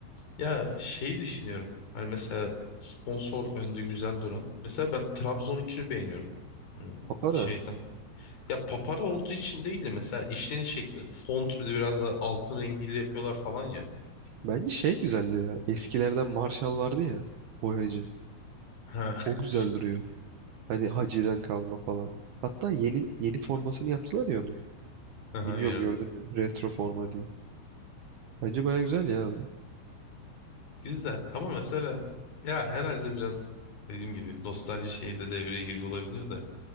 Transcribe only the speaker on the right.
Papara
bence şey güzeldi ya eskilerden Marshall vardı ya boyacı.
O güzel duruyor. Hani Hacı'dan kalma falan. Hatta yeni yeni formasını yaptılar ya onu.
Bilmiyorum
gördün mü? Retro forma diye. Bence baya güzel ya o.